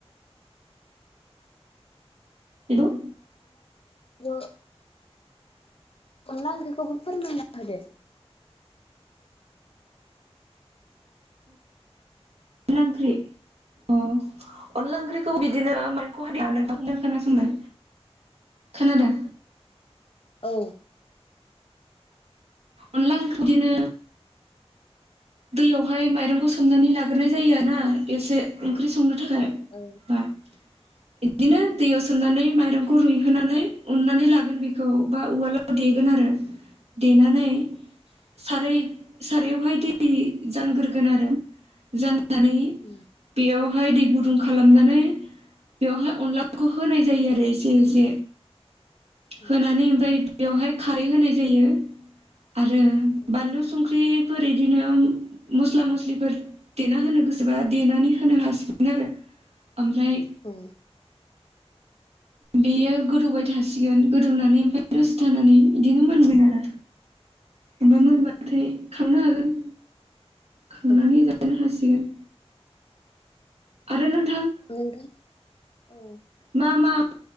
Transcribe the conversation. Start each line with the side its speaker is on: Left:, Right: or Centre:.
Right: हेल'।
Left: ओ। अनला ओंख्रिखौबो फोरमायना होदो।
Right: अनला ओंख्रि अ अनला ओंख्रिखौ बिदिनो माइंखौ हादा नोंथांनो खोनासंलाय। खोनादों?
Left: औ।
Right: अनला ओंख्रि बिदिनो दैयावहाय माइरंखौ सोमनानै लाग्रोनाय जायो ना एसे ओंख्रि संनो थाखाय
Left: औ‌।
Right: बा बिदिनो दैयाव सोमनानै माइरंखौ रुयहोनानै उननानै लागोन बेखौ बा उवालाव देगोन आरो देनानै नानै साराय सारायावहाय दै जानग्रोगोन आरो जान नानै
Left: उम
Right: बेयावहाय दै गुदुं खालामनानै बेवहाय अनलाफोरखौ होनाय जायो आरो एसे एसे
Left: उम
Right: होनानै ओमफ्राय बेवहाय खारै होनाय जायो आरो
Left: औ
Right: बानलु संख्रि फोर बिदिनो मस्ला मस्लिफोर देना होनो गोसोबा देनानै होनो हासिगोन आरो। ओमफ्राय
Left: औ
Right: बेयो गोदौबाय थासिगोन गोदौनानै ओमफ्राय दसे थानानै बिदिनो मोनगोन आरो।
Left: <inaudible>
Right: ओमफ्राय मोनबाथाय
Left: औ
Right: खांनो हागोन। खांनानै
Left: औ
Right: जानो हासिगोन आरो नों
Left: औ नोंथां औ।
Right: मा मा